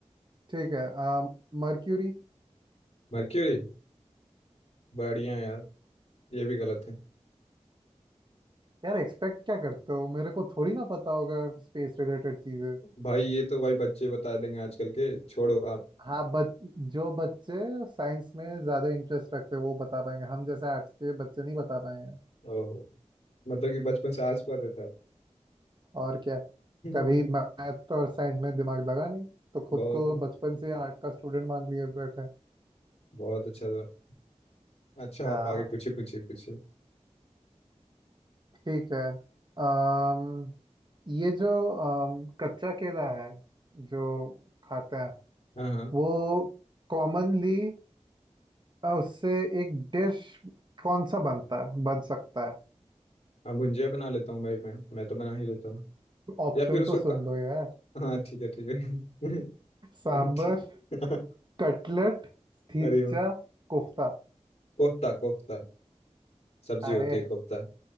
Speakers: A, on the right; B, on the left.
A: ठीक है आ, मर्क्यूरी
B: मर्क्यूरी बढ़िया यार ये भी गलत है
A: यार एक्सपेक्ट क्या करते हो मेरे को थोड़ी ना पता होगा स्पेस रिलेटेड चीजें
B: भाई ये तो भाई बच्चे बता देंगे आजकल के छोड़ो आप
A: हाँ बच जो बच्चे साइंस में ज्यादा इंटरेस्ट रखते हैं वो बता पाएंगे हम जैसे आर्ट्स के बच्चे नहीं बता पाएंगे
B: ओहो मतलब कि बचपन से आस पर रहता है।
A: <laughs> और क्या
B: <laughs>
A: कभी मैथ और साइंस में दिमाग लगा नहीं तो
B: बहुत
A: खुद को बचपन से आर्ट का स्टूडेंट मान लिए बैठे
B: बहुत अच्छा था अच्छा
A: हाँ
B: आप आगे पूछिए पूछिए पूछिए
A: ठीक है अम ये जो अम, कच्चा केला है जो खाते हैं
B: हाँ हाँ
A: वो कॉमनली और उससे एक डिश कौन सा बनता है बन सकता है
B: हाँ भुंजिया बना लेता हूँ भाई मैं मैं तो बना ही लेता हूँ
A: ऑप्शन
B: या फिर उसको
A: तो
B: का...
A: सुन लो यार
B: हाँ ठीक है ठीक है
A: सांबर
B: <laughs> ठीक <laughs>
A: कटलेट थीचा
B: अरे वो
A: कोफ्ता
B: कोफ्ता कोफ्ता सब्जी
A: अरे
B: होती है कोफ्ता